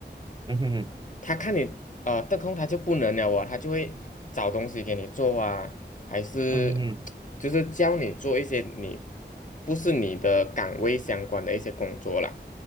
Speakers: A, on the right; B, on the left.
A: 嗯哼哼，
B: 他看你呃得空，他就不能了哦，他就会找东西给你做啊，还是就是教你做一些你
A: 嗯哼哼，
B: 不是你的岗位相关的一些工作啦，